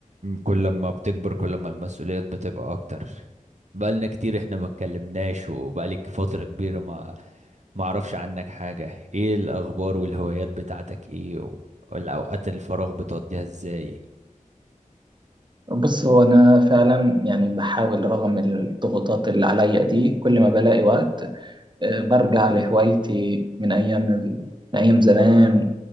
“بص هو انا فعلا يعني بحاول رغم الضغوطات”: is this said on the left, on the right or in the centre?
Right